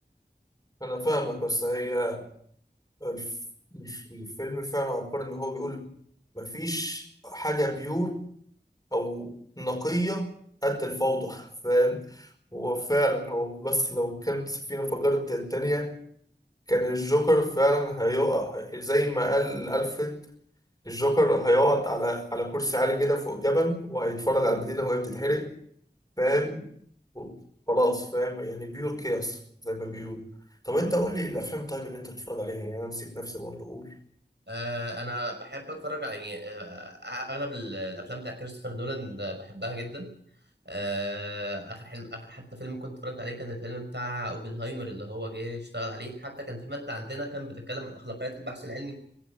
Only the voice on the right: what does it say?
آه، انا بحب اتفرج على يعني آه، اغلب ال- الافلام بتاع كريستوفر نولان آه، بحبها جدا آه، اخر حلم اخر حتى فيلم كنت اتفرجت عليه كان الفيلم بتاع اوبنهايمر اللي هو جه اشتغل عليه حتى كان في ماده عندنا كان بتتكلم عن اخلاقيات البحث العلمي